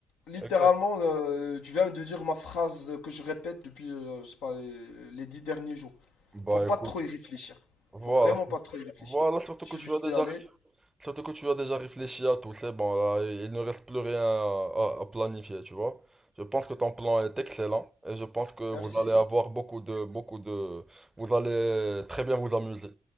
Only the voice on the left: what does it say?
Littéralement,
euh, tu viens de dire ma phrase que je répète depuis, euh, je sais pas, euh, les dix derniers jours.
Faut pas
trop y réfléchir.
Faut vraiment pas trop y réfléchir.
Je
suis
juste
y aller.
Merci.